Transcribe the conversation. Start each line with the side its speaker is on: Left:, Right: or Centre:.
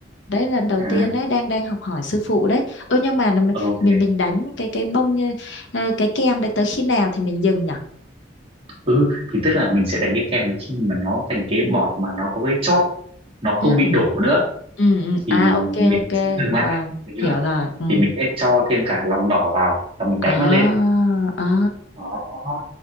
Left: đấy lần đầu
Right: à
Left: tiên đấy đang đang học hỏi sư phụ đấy ừ nhưng mà mình
Right: ok
Left: mình mình đánh cái cái bông như- ờ, cái kem đấy tới khi nào thì mình dừng nhỉ
Right: ừ thì tức là mình sẽ đánh cái kem đến khi mà nó thành cái bọt mà nó có cái chóp nó không
Left: ừ
Right: bị đổ nữa
Left: ừ ừ.
Right: thì
Left: à ok
Right: mình
Left: ok
Right: sẽ dừng lại
Left: rồi
Right: được chưa
Left: hiểu rồi ừ
Right: thì mình sẽ cho thêm cả lòng đỏ vào và mình đánh
Left: à
Right: nó lên
Left: à
Right: đó